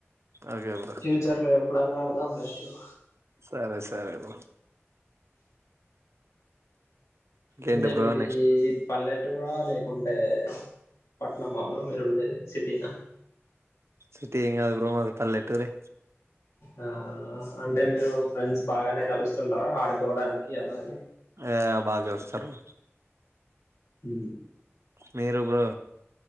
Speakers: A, on the right (about 70°); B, on the left (about 85°).
A: ఓకే బ్రో
B: ఫ్యూచర్ లో ఎప్పుడన్నా అడదాం లే బ్రో
A: సరే సరే బ్రో ఇంకేంటి
B: అంటే
A: బ్రో
B: మీది
A: నెక్స్ట్
B: పల్లెటూరా లేకుంటే పట్నం మా బ్రో మీరుండేది సిటీిన
A: సిటీ ఏం కాదు బ్రో మాది పల్లెటూరే
B: ఆ అంటే మీరు ఫ్రెండ్స్ బాగానే కలుస్తుంటారా ఆడుకోవడానికి అలానా
A: ఏ బాగ కాలుస్తరు బ్రో
B: హు
A: మీరు బ్రో